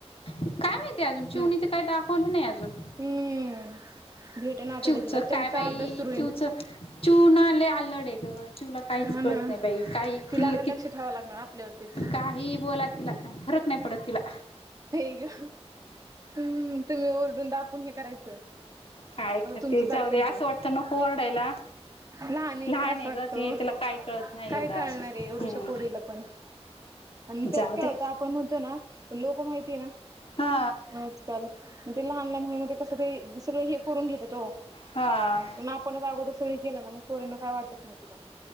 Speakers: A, on the left; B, on the right.
A: काय माहितीय अजून चिवुनी
B: नाही
A: त काय दाखव खवल नाही अजून.
B: हम्म भेटना आता
A: चिवु
B: लगेच
A: च
B: त्यांचा
A: काय बाई
B: अभ्यास सुरू होईल.
A: चिवु चिवुना लय अलंडे‌ग अजून चिवुला कायच
B: हा ना
A: कळत नाही बाई काही
B: तिला
A: किल्ल
B: आता लक्ष
A: कि
B: ठेवावं लागणार आपल्यावरतीच
A: काही बोला तिला फरक नाही. पडत तिला
B: हे ग हम् तुम्ही ओरडून दाप पुण हे करायचं.
A: काय
B: आता
A: करते
B: तुमचंच
A: जाऊ
B: ऐकन
A: दे असं
B: ती
A: वाटतं नको ओरडायला.
B: लहान एक
A: लहाने
B: त्रास वाटतो
A: ग ती तीला काही कळत नाही
B: काय
A: एवढं
B: कळणार
A: अजून.
B: आहे एवढुशा
A: हम्म.
B: पोरीला पण आणि त्यात
A: जाऊ
B: काय
A: दे
B: होतं आपण म्हणतो ना पण लोक माहि तीना
A: हा
B: आजकाल म्हणून ते लहान लहान म्हणून कसं ते सगळं हे करून घेतात बघा.
A: हा
B: पण आपणच अगोदर सगळी केलं ना म पोरिना काय वाटत नाही तिला